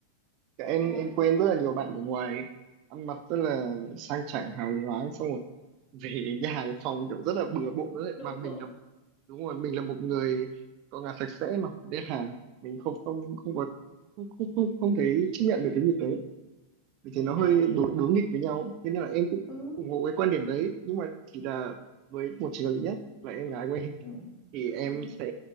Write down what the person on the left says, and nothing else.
đúng rồi
ừ,
độ
thượng
thì
đấy
ừ,
ừ,
ừ.